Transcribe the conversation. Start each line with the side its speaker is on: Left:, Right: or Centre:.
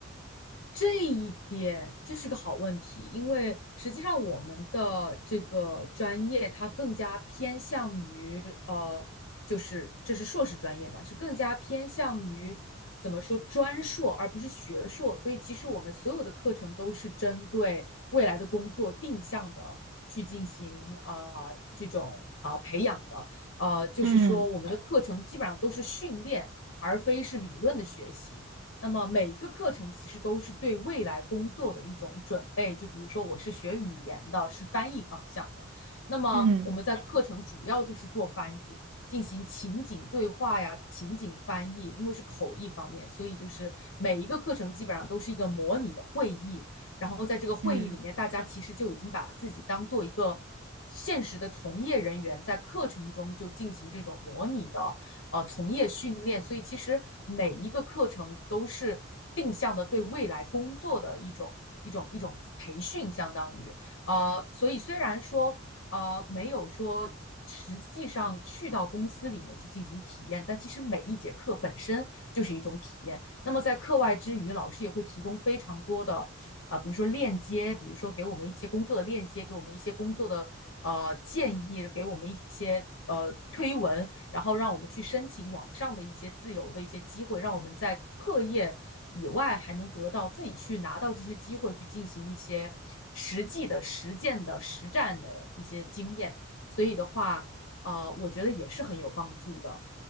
Left: 这一点这是个好问题，因为实际上我们的这个专业它更加偏向于呃，就是这是硕士专业嘛，是更加偏向于怎么说专硕，而不是学硕。所以其实我们所有的课程都是针对未来的工作定向的去进行呃这种啊、呃培养的。呃，就是说我们的课程基本上都是训练，
Right: 嗯
Left: 而非是理论的学习。那么每一个课程其实都是对未来工作的一种准备。就比如说我是学语言的，是翻译方向的，那么我们在课程主要就是做翻译，
Right: 嗯
Left: 进行情景对话呀、情景翻译，因为是口译方面，所以就是每一个课程基本上都是一个模拟的会议。然后在这个会议里面，
Right: 嗯。
Left: 大家其实就已经把自己当做一个。现实的从业人员在课程中就进行这种模拟的呃从业训练，所以其实每一个课程都是定向的对未来工作的一种一种一种培训，相当于呃，所以虽然说呃没有说。实际上去到公司里面去进行体验，但其实每一节课本身就是一种体验。那么在课外之余，老师也会提供非常多的啊、呃比如说链接，比如说给我们一些工作的链接，给我们一些工作的呃建议，给我们一些呃推文，然后让我们去申请网上的一些自由的一些机会，让我们在课业以外还能得到自己去拿到这些机会，去进行一些实际的实践的实战的一些经验。所以的话，呃，我觉得也是很有帮助的。